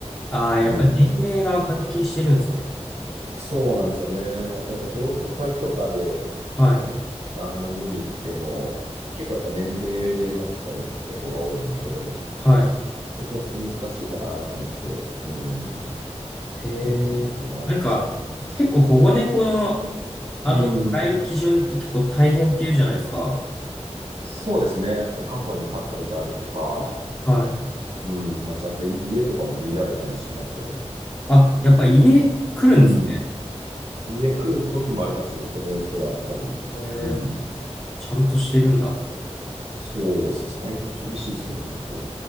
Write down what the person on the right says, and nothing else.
うん。そうなんですよね。やっぱ譲渡会とかで、
ね、あの、見に行っても、結構やっぱ年齢上になっちゃう猫が多いんで、
ちょっと難しいかなと思って、うん、人になるっていうのはありますけどね。
そういう。
うん。
そうですね。やっぱ過去に飼ったことあるとか、
うん、まあ、ちゃんとい家とかも見られたりしますけどね。
うん。家来る時もありますよ。人によっては、やっぱり。
うん。
そうですね。最近厳しいですよ、本当。